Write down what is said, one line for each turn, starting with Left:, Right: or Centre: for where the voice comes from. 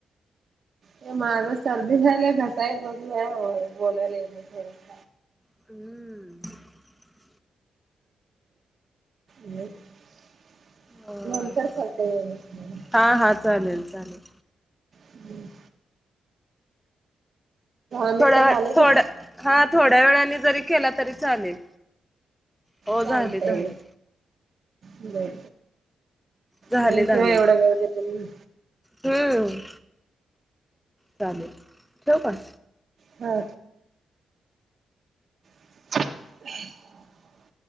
Right: ये माझं सर्दी झालं घसा एक बसलाय होय बोलायला येईना झालंय.
Centre: हमम.
Right: म. <inaudible>
Centre: होय.
Right: नंतर करते वेळ भेटल्यावर.
Centre: हा हा चालेल चालेल.
Right: हम्म. मिनिटं
Centre: थोड्या
Right: झाले
Centre: थोड्या
Right: का
Centre: हा थोड्या वेळानी जरी केला तरी चालेल. हो
Right: चालतंय
Centre: झाले झाले
Right: बर बर.
Centre: झाले
Right: थँक्यू
Centre: दहा मिनट
Right: हा एवढं वेळ दिल्याबद्दल.
Centre: हम्म चालेल ठेवु का.
Right: हा. <inaudible>